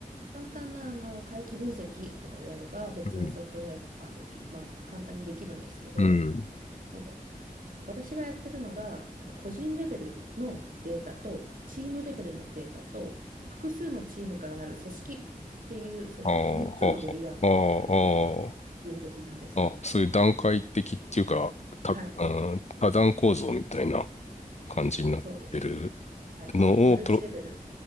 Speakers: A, on the right; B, on the left.
A: 簡単なあの回帰分析とかであれば別のソフトウェア、
B: うん
A: あ、えっと、まあ、簡単にできるんですけど、
B: うん。
A: その私がやってるのがあの個人レベルのデータとチームレベルのデータと複数のチームからなる組織っていうその3つのレイヤーがある
B: ああ、はあ、はあ、
A: 分析なんですよ。
B: ああ、ああ、あそういう段階的っていうか、た、
A: はい、
B: うん、多段構造みたいな感じになってる
A: そうです。はい。
B: のをプロ、
A: マルチレベル